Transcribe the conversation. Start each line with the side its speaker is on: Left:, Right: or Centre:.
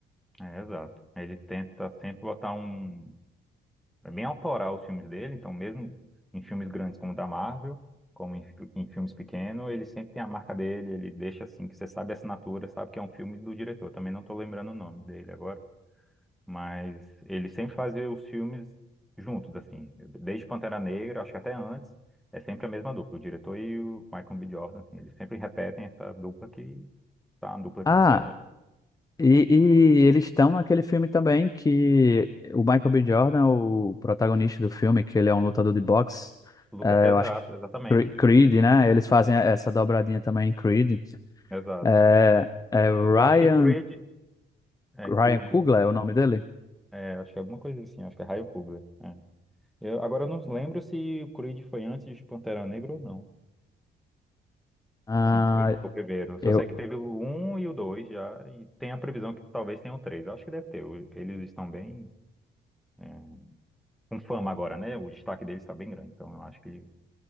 Centre: é, exato. Ele tenta sempre botar um, É bem autoral os filmes dele, então mesmo em filmes grandes como o da Marvel, como em, fi- em filmes pequenos, ele sempre tem a marca dele, ele deixa assim, que você sabe a assinatura, sabe que é um filme do diretor. Eu Também não estou lembrando o nome dele agora, mas ele sempre faz os filmes juntos, assim, desde Pantera Negra, acho que até antes, é sempre a mesma dupla, o diretor e o Michael B. Jordan, assim, eles sempre repetem essa dupla que tá uma dupla de
Left: Ah,
Centre: sucesso.
Left: E, e eles estão naquele filme também que o Michael B. Jordan, o protagonista do filme, que ele é um lutador de boxe,
Centre: Luta,
Left: é,
Centre: exato,
Left: eu acho que
Centre: exatamente,
Left: Cre- Creed, né? Eles fazem essa dobradinha também em Creed.
Centre: exato.
Left: É, é o
Centre: Eu
Left: Ryan,
Centre: acho que Luta. Creed é
Left: Ryan
Centre: cool.
Left: Coogler é o nome dele?
Centre: É, acho que é alguma coisa assim, acho que é Raio Cobra. É. Eu, agora eu não lembro se o Creed foi antes de Pantera Negra ou não.
Left: Ah,
Centre: Se o Creed foi o primeiro. Só
Left: eu,
Centre: sei que teve o 1 e o 2 já, e tem a previsão que talvez tenha o 3. Acho que deve ter. O- Eles estão bem é, com fama agora, né? O destaque deles está bem grande, então eu acho que